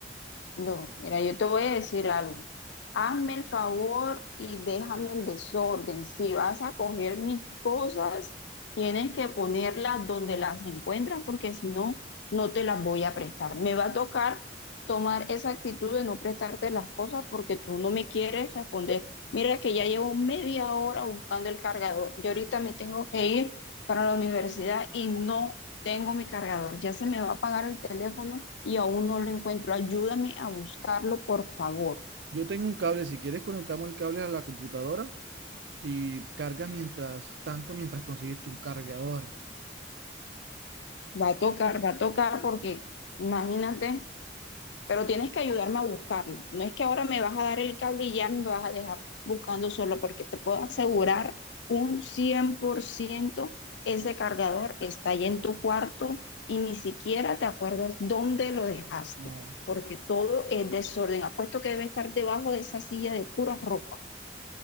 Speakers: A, on the left; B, on the right.
A: No, mira, yo te voy a decir algo. Hazme el favor y déjame el desorden. Si vas a coger mis cosas, tienes que ponerlas donde las encuentras, porque si no, no te las voy a prestar. Me va a tocar tomar esa actitud de no prestarte las cosas porque tú no me quieres responder. Mira que ya llevo media hora buscando el cargador. Yo ahorita me tengo que ir para la universidad y no tengo mi cargador, ya se me va a apagar el teléfono y aún no lo encuentro. Ayúdame a buscarlo, por favor.
B: yo tengo un cable, si quieres conectamos el cable a la computadora y cargas mientras tanto, mientras consigues tu cargador.
A: Va a tocar, va a tocar porque, imagínate, pero tienes que ayudarme a buscarlo. No es que ahora me vas a dar el cable y ya me vas a dejar buscando solo, porque te puedo asegurar un 100% ese cargador está ahí en tu cuarto y ni siquiera te acuerdas dónde lo dejaste,
B: No,
A: porque todo es desorden. Apuesto que debe estar debajo de esa silla de pura ropa.